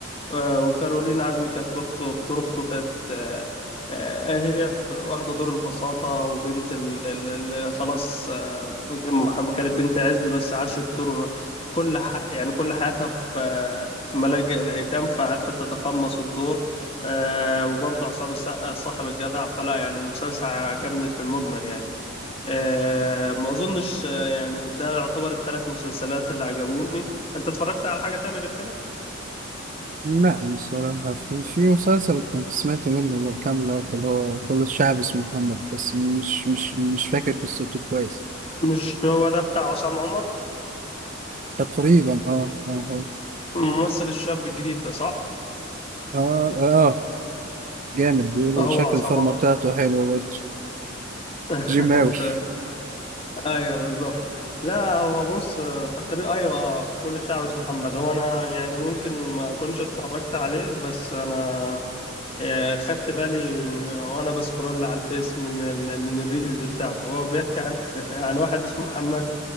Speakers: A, on the left (about 30°); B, on the right (about 40°).
A: آه، وكارولين عزمي كانت في اخته في دور اخته كانت آه، آه، آه، هي في- واخده دور البساطه وبنت اللي خلاص آه، كان- كانت بنت عز بس عاشت دور كل ح... يعني كل حياتها في آه، في ملاجئ الايتام فعرفت تتقمص الدور آه، وبرضه عصام السقا صاحب الجدع فلا يعني المسلسل عجبني في المجمل يعني آه، ما اظنش آه، يعني ده يعتبر الثلاث مسلسلات اللي عجبوني انت اتفرجت على حاجه تاني غير كده
B: لا بصراحة في, في مسلسل كنت سمعت منه كام لقطة اللي هو كل الشعب اسمه محمد بس مش مش مش فاكر قصته كويس
A: مش هو ده بتاع عصام عمر
B: تقريبا اه اه اه
A: الممثل الشاب الجديد ده صح
B: اه, آه آه، جامد بيقولوا
A: هو
B: شكل
A: عصام
B: الفورمة
A: عمر
B: بتاعته حلوة برضه
A: <laughs>
B: جيماوي
A: انت ايوه بالظبط لا هو بص آه، تقرير ايوه اه كل الشعب اسمه محمد هو انا يعني ممكن ما اكونش اتفرجت عليه بس انا آه، خدت بالي م- وانا بسكرول على الفيس من ال... من الريلز بتاعته هو بيحكي عن <laughs> عن واحد اسمه محمد